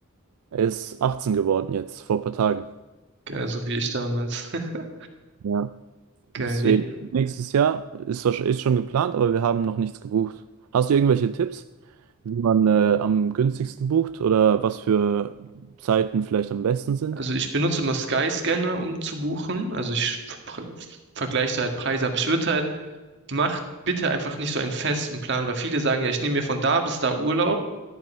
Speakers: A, on the right; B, on the right.
A: Er ist 18 geworden jetzt, vor ein paar Tagen.
B: Geil, so wie ich damals. <laughs>
A: Ja.
B: Geil.
A: Deswegen,
B: Nee,
A: nächstes Jahr ist, wahrsch- ist schon geplant, aber wir haben noch nichts gebucht. Hast du irgendwelche Tipps, wie man äh, am günstigsten bucht oder was für Zeiten vielleicht am besten sind?
B: Also ich benutze immer Skyscanner, um zu buchen. Also ich pr- vergleiche da halt Preise, aber ich würde halt, macht bitte einfach nicht so einen festen Plan, weil viele sagen ja, ich nehme mir von da bis da Urlaub